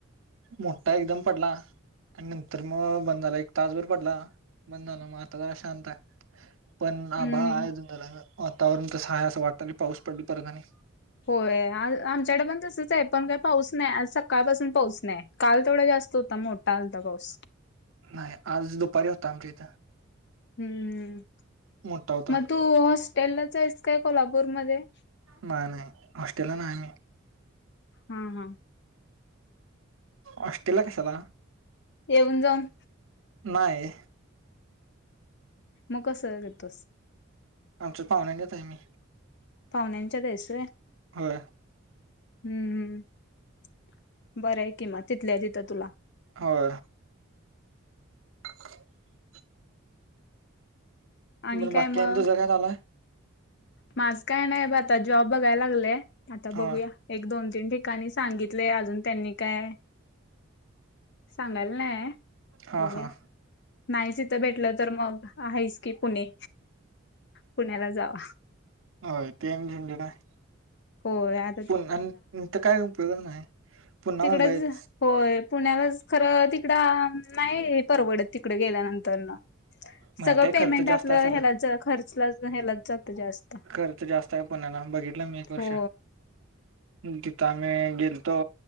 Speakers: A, on the right (about 70°); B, on the left (about 55°).
A: मोठा एकदम पडला. आणि नंतर मग बंधाला एक तासभर पडला बंधाला मग आता जरा शांत आहे. पण
B: हम्म
A: आभा आहे. जून जला वातावरण त सहाय असं वाटत पाऊस पडली. परत आणि
B: होय आ आमच्याकडे पण तसच आहे. पण काय पाऊस नाही आज सकाळपासून पाऊस नाही. काल तेवढा जास्त होता मोठा आलता पाऊस.
A: नाही आज दुपारी होता आमच्याथ
B: हम्म.
A: म्हठा होता.
B: मग तू हॉस्टेलला जा आहेस काय कोल्हापूरमध्येध्ये
A: नाही नाही हॉस्टेल नाही म्ही
B: हम हम.
A: ऑस्ट्रेलला कशाला
B: येऊन जाऊन
A: नाही.
B: मग कसं देतोस.
A: आमच्या पाहुण्या येत आहे. मी
B: पाहुण्यांच्या देस आहे.
A: हो.
B: हम्म हम् बरं आहे किमा तिथल्या तिथं तुला
A: हो. <inaudible>
B: आणि
A: मर
B: काय
A: बागकी
B: मग
A: त जगा आला.
B: माझ काय नाही ब आता. जॉब बघायला लागलेय. आता
A: हा
B: बघूया. एक दोन तीन ठिकाणी सांगितलेय. अजून त्यांनी काय सांगेल नाही.
A: हा
B: बघूया,
A: हा
B: नाहीच इथ भेटल तर मग आहेच की पुणे. पुण्याला जावा.
A: हो तेन झंझड आहे.
B: हो आ
A: पुण आणि इथ काय उपयोगच नाही. पुन्हा
B: तिकडच
A: मुंबईच
B: होय पुण्यालाच खर तिकड नाही परवडत तिकडे गेल्यानंतर ना.
A: माहिती
B: सगळ
A: आहे
B: पेमेंट
A: खर्च जास्त
B: आपल
A: आहे सगळा
B: ह्याला खर्चला ह्यालात जात जास्त.
A: खर्च जास्त आहे पुण्याला. बघितल मी एक वर्ष.
B: हो
A: तिथ आम्ही गेलतो